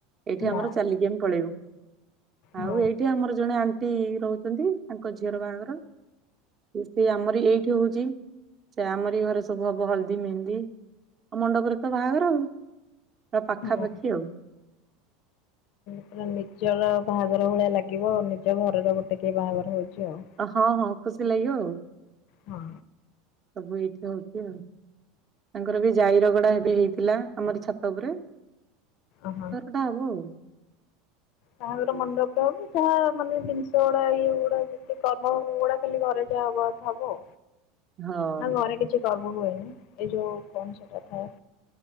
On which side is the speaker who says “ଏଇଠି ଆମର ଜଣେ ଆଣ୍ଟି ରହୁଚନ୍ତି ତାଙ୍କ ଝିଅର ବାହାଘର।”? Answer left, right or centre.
Right